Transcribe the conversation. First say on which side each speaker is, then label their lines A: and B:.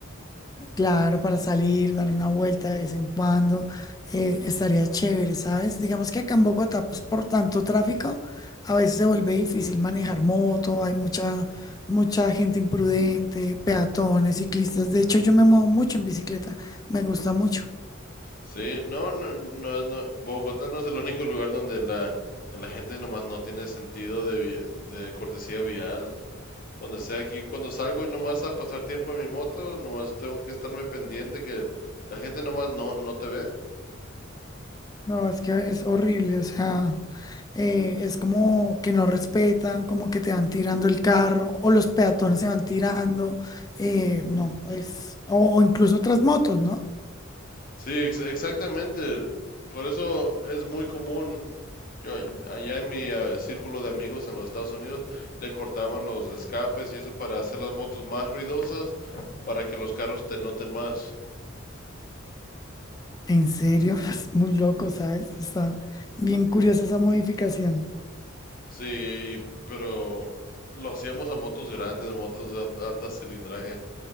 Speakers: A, on the left; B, on the left.
A: Claro, para salir, dar una vuelta de vez en cuando, eh, estaría chévere, ¿sabes? Digamos que acá en Bogotá, pues por tanto tráfico, a veces se vuelve difícil manejar moto, hay mucha, mucha gente imprudente, peatones, ciclistas. De hecho, yo me muevo mucho en bicicleta, me gusta mucho.
B: Sí, no, no, no, no, Bogotá no es el único lugar donde la, la gente nomás no tiene sentido de, vi- de cortesía vial. Donde sea aquí, cuando salgo y nomás a pasar tiempo en mi moto, nomás tengo que estarme pendiente que la gente nomás no, no te ve.
A: No, es que es horrible, o sea, eh, es como que no respetan, como que te van tirando el carro, o los peatones se van tirando, eh, no, es, o o incluso otras motos, ¿no?
B: Sí, ex- exactamente. Por eso es muy común. Yo, allá en mi eh, círculo de amigos en los Estados Unidos le cortaban los escapes y eso para hacer las motos más ruidosas, para que los carros te noten más.
A: En serio, <laughs> pues muy loco, ¿sabes? Está bien curiosa esa modificación.
B: Sí, y- pero lo hacíamos a motos grandes, motos de al- alta cilindraje.